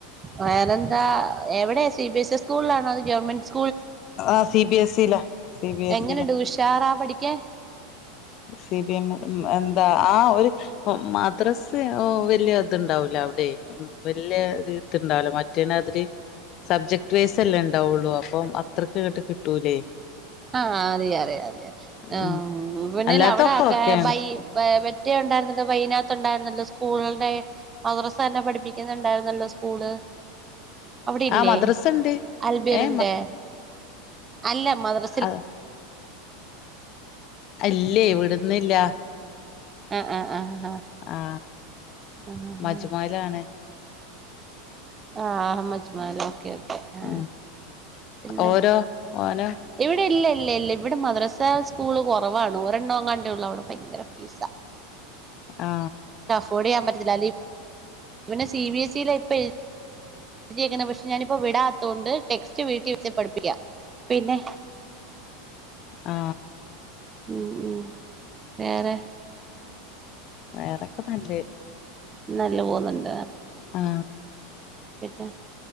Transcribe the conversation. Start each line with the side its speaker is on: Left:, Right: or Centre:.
Right: വേറെ എന്താ എവിടെയാ സി ബി എസ് ഇ സ്കൂളിലാണോ അത് ഗവൺമെന്റ് സ്
Left: ആ സി ബി എസ് ഇയില സി ബി എസ്
Right: എങ്ങനെയുണ്ട്
Left: ഇയില
Right: ഉഷാറാ പഠിക്കാൻ
Left: സി ബി എം എന്താ ആ ഒരു മദ്രസ് വലിയ ഇത്ണ്ടാവൂല അവിടെ വലിയൊരു ഇത്ണ്ടാവൂല മറ്റേന്റെമാതിരി സബ്ജക്ട് വേസ് അല്ലെ ഇണ്ടാവുള്ളു അപ്പം അത്രക്കിങ്ങട്ട് കിട്ടൂലേ
Right: ആ അതെ അതെ അതെ ആ
Left: ഉം
Right: പിന്നെല്ല
Left: അല്ലാത്തൊക്കെ
Right: അവിടക്കെ
Left: ഓക്കെയാണ്
Right: ബൈ ബ് വെ റ്റെ ഉണ്ടായിരുന്നല്ലോ വൈനാത്ത് ഉണ്ടായിരുന്നല്ലോ സ്കൂളിടെ മദ് നല്ല പഠിപ്പിക്കുന്നുണ്ടായിരുന്നല്ലോ സ്കൂ കൂടെ അവിടെ ഇല്ലേ
Left: ആ മദ്രസ ഉണ്ട്
Right: അൽബീറിന്റെ
Left: ഏ
Right: അല്ല മദ്ര
Left: അത ഇല്ലേ ഇവിടന്നില്ല
Right: ആ ആ ആ
Left: ആ
Right: ആ
Left: മജ്മലാണ്
Right: ആ ആഹ് മജ്മാല ഓക്കെ ഓക്കെ ആ
Left: ഉം
Right: പിന്നെ
Left: ഓരോ ഓനോ
Right: ഇവിടെ ഇല്ല ഇല്ല ഇല്ല ഇവിടെ മദ്രസ സ്കൂള് കുറവാണ് ഒരെണ്ണോകാണ്ടേ ഉള്ളൂ അവിടെ ഭയങ്കര ഫീസ
Left: ആ
Right: ടെയ്യാൻ പറ്റത്തില്ല അല്ലേ ഇന്നെ സി ബി എസ് ഇയില ഇപ്പ ക്ക്ണ പക്ഷെ ഞാൻ വിടാത്തൊണ്ട് ടെക്സ്റ്റ് വീട്ടിൽ വെച്ച് പഠിപ്പിക്ക പിന്നെ
Left: ആ
Right: ഉ ഉ വേറെ
Left: വേറെക്കെ നല്ലേ
Right: നല്ല പോകുന്നുണ്ട്
Left: ആ
Right: പിന്നെ